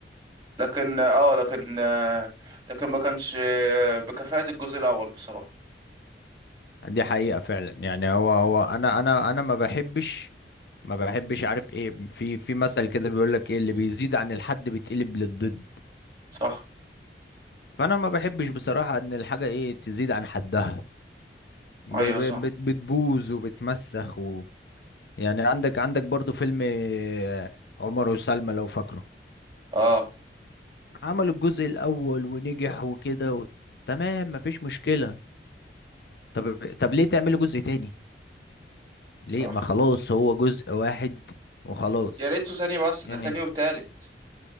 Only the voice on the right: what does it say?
لكن اه لكن آه، لكن ما كانش آه، بكفاءة الجزء الاول بصراحه
صح
ايوه
صح
اه
صح
يا ريته تاني بس
ده تاني وتالت